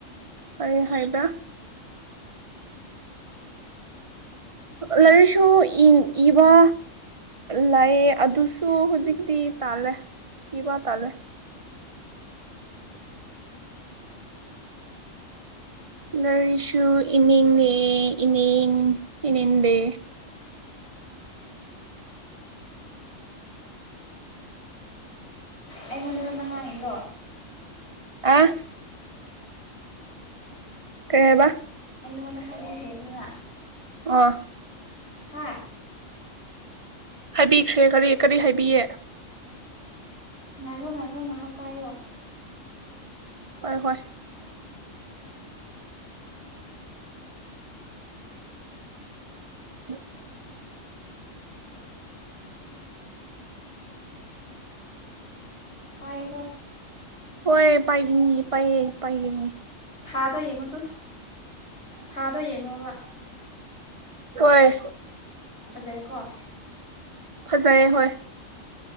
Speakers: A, on the right (about 25°); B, on the left (about 55°).
A: ꯀꯔꯤ ꯍꯥꯏꯕ ꯂꯥꯏꯔꯤꯛꯁꯨ ꯏꯕ ꯂꯥꯏꯌꯦ ꯑꯗꯨꯁꯨ ꯍꯧꯖꯤꯛꯇꯤ ꯇꯥꯜꯂꯦ ꯀꯤ ꯋꯥ ꯇꯥꯜꯂꯦ ꯂꯥꯏꯔꯤꯁꯨ ꯏꯅꯤꯡꯉꯦ ꯏꯅꯤꯡ ꯏꯅꯤꯡꯗꯦ
B: ꯑꯩꯉꯣꯟꯗ ꯅꯍꯥꯜꯒꯤꯗꯣ
A: ꯑ ꯀꯩ ꯍꯥꯏꯕ
B: ꯑꯩꯉꯣꯟꯗ ꯍꯥꯏꯕꯤꯈ꯭ꯔꯦ ꯑꯗꯨꯅ
A: ꯑꯣ
B: ꯍꯥꯥ
A: ꯍꯥꯏꯕꯤꯈ꯭ꯔꯦ ꯀꯔꯤ ꯀꯔꯤ ꯍꯥꯏꯕꯤꯌꯦ
B: ꯉꯥꯏꯈꯣ ꯉꯥꯏꯈꯣ ꯉꯥꯏꯍꯥꯛ ꯄꯥꯏꯌꯣ
A: ꯍꯣꯏ ꯍꯣꯏ <unintelligible>
B: ꯄꯥꯏꯌꯦꯀꯣ
A: ꯍꯣꯏ ꯄꯥꯏꯒꯅꯤ ꯄꯥꯏꯌꯦ ꯄꯥꯏꯒꯅꯤ
B: ꯊꯥꯗꯣ ꯌꯦꯡꯉꯨ ꯇꯨ ꯊꯥꯗꯣ ꯌꯦꯡꯉꯣꯕ
A: ꯍꯣꯏ
B: ꯐꯖꯩꯀꯣ
A: ꯐꯖꯩꯌꯦ ꯍꯣꯏ